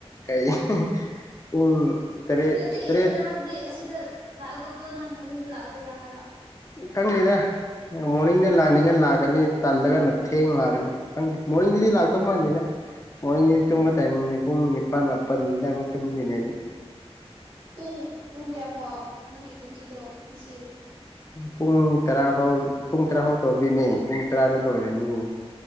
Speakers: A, on the left (about 30°); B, on the right (about 50°).
A: ꯀꯩ ꯄꯨꯡ ꯇꯔꯦꯠ
B: ꯅꯠꯇꯦ
A: ꯇꯔꯦꯠ
B: ꯑꯩꯅ ꯍꯥꯏꯕꯗꯤ ꯑꯁꯤꯗ ꯂꯥꯛ ꯗꯣ ꯅꯪ ꯃꯣꯔꯅꯤꯡꯗ ꯂꯥꯛꯑꯗꯣꯏꯔꯥ ꯍꯥꯏꯕ
A: ꯈꯪꯗꯦꯗ ꯃꯣꯔꯅꯤꯡꯗ ꯂꯥꯛꯅꯤꯡꯉ ꯂꯥꯛꯀꯅꯤ ꯇꯜꯂꯒꯅ ꯊꯦꯡꯅ ꯂꯥꯛꯀꯅꯤ ꯈꯪꯗꯦ ꯃꯣꯔꯅꯤꯡꯒꯤꯗꯤ ꯂꯥꯛꯇꯧ ꯃꯥꯥꯟꯗꯅ ꯃꯅꯤꯡꯗꯤ
B: ꯑꯣ
A: ꯇꯨꯝꯝꯕ ꯇꯥꯏꯃꯤꯡꯅꯦ ꯄꯨꯡꯒꯤ ꯄꯄꯥꯥꯟ ꯃꯄꯟ ꯏꯟ ꯀꯇꯅꯤꯅꯦꯦ
B: ꯄꯨꯡ ꯄꯨꯡ ꯀꯌꯥ ꯐꯥꯎ ꯅꯪꯒꯤ ꯗ꯭ꯌꯨꯇꯤꯗꯣ ꯉꯁꯤ
A: ꯄꯨꯡ ꯇꯔꯥ ꯐꯥꯎ ꯄꯨꯡ ꯇꯔꯥ ꯐꯥꯎ ꯇꯧꯗꯣꯏꯅꯦ ꯄꯨꯡ ꯇꯔꯥꯗ ꯂꯣꯏꯔꯅꯤ